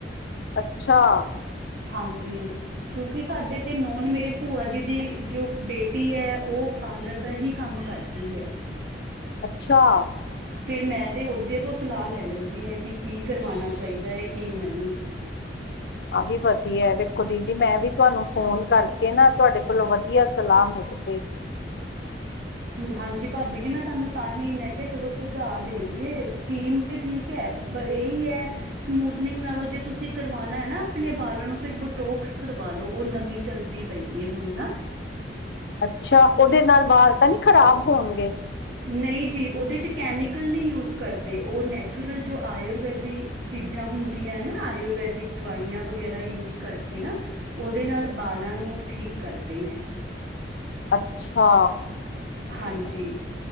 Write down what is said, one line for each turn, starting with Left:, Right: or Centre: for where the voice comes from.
Left: ਅੱਛਾ!
Right: ਹਾਂਜੀ। ਕਿਉਂਕਿ ਸਾਡੇ ਤੇ ਨੌਨ ਮੇਰੇ ਭੂਆ ਜੀ ਦੀ ਜੋ ਬੇਟੀ ਐ ੳਹ ਪਾਰਲਰ ਦਾ ਹੀ ਕੰਮ ਕਰਦੀ ਐ।
Left: ਅੱਛਾ।
Right: ਫੇਰ ਮੈਂ ਤੇ ਓਦੇ ਤੋਂ ਸਲਾਹ ਲੈ ਲੈਂਦੀ ਆ ਕਿ ਕਰਵਾਨਾ ਚਾਈਦਾ ਕੀ ਨਈ।
Left: ਆਹ ਵੀ ਵਧੀਆ ਵੇਖੋ ਦੀਦੀ ਮੈਂ ਵੀ ਤੁਹਾਨੂੰ ਫੋਨ ਕਰਕੇ ਨਾ ਤੁਹਾਡੇ ਕੋਲੋਂ ਵਧੀਆ ਸਲਾਹ ਮਿਲ ਗਈ। <inaudible>
Right: ਹਾਂਜੀ ਭਾਬੀ ਜੀ ਮੈਂ ਤੁਹਾਨੂੰ ਤਾਂਹੀ ਮੈਂ ਕਿਹਾ ਚਲੋ ਸੁਝਾਅ ਦੇ ਦਈਏ। ਸਕੀਮ ਤੇ ਠੀਕ ਹੈ ਪਰ ਇਹੀ ਹੈ। ਸਮੂਦਨਿੰਗ ਨਾਲੋਂ ਜੇ ਤੁਸੀਂ ਕਰਵਾਉਣਾ ਹੈ ਨਾ ਆਪਣੇ ਬਾਲਾਂ ਨੂੰ ਫਿਰ ਬੋਟੋਕਸ ਕਰਵਾ ਲੋ ਉਹ ਨਵੀਂ ਚਲਦੀ। ਪਈ ਏ ਹੁਣ ਨਾ
Left: ਅੱਛਾ ਉਹਦੇ ਨਾਲ ਵਾਲ ਤਾਂ ਨਹੀਂ ਖ਼ਰਾਬ ਹੋਣਗੇ।
Right: ਨਹੀਂ ਜੀ ਉਹਦੇ ਚ ਕੈਮੀਕਲ ਨਹੀਂ ਯੂਜ ਕਰਦੇ ਉਹ ਨੈਚੁਰਲ ਜੋ ਆਯੁਰਵੈਦੀ। ਚੀਜ਼ਾਂ ਹੁੰਦੀਆਂ ਨਾ ਆਯੁਰਵੈਦਿਕ ਦਵਾਈਆਂ ਵਗੈਰਾ ਯੂਜ ਕਰਕੇ ਨਾ। ਉਹਦੇ ਨਾਲ ਬਾਲਾਂ ਨੂੰ ਠੀਕ ਕਰਦੇ ਹੈ।
Left: ਅੱਛਾ।
Right: ਹਾਂਜੀ।